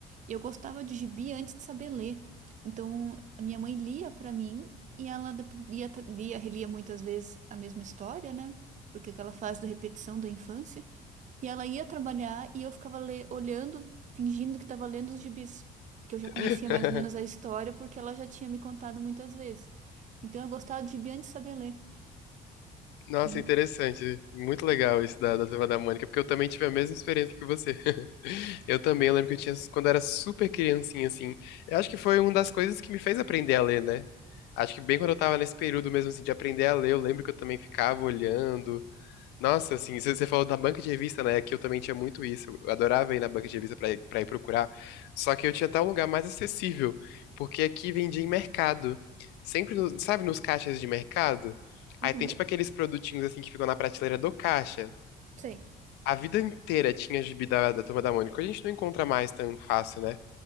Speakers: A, on the right; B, on the left.
A: E eu gostava de gibi antes de saber ler. Então, a minha mãe lia pra mim e ela depo- lia, tra- lia, relia muitas vezes a mesma história, né? Porque aquela fase da repetição da infância. E ela ia trabalhar e eu ficava le- olhando, fingindo que estava lendo os gibis. Que eu já
B: <laughs>
A: conhecia mais ou menos a história porque ela já tinha me contado muitas vezes. Então, eu gostava de gibi antes de saber ler.
B: Nossa,
A: E-
B: interessante. Muito legal isso da, da turma da Mônica, porque eu também tive a mesma experiência que você. <laughs> Eu também lembro que eu tinha, quando eu era super criancinha, assim. Eu acho que foi uma das coisas que me fez aprender a ler, né? Acho que bem quando eu tava nesse período mesmo, assim, de aprender a ler, eu lembro que eu também ficava olhando. Nossa, assim, você você falou da banca de revista, né? Que eu também tinha muito isso. Eu adorava ir na banca de revista pra ir, pra ir procurar. Só que eu tinha até um lugar mais acessível, porque aqui vendia em mercado. Sempre, no- sabe, nos caixas de mercado? Aí
A: Uhum.
B: tem tipo aqueles produtinhos assim que ficam na prateleira do caixa.
A: Sei,
B: A vida inteira tinha gibi da, da Turma da Mônica. Hoje A gente não encontra mais tão fácil, né?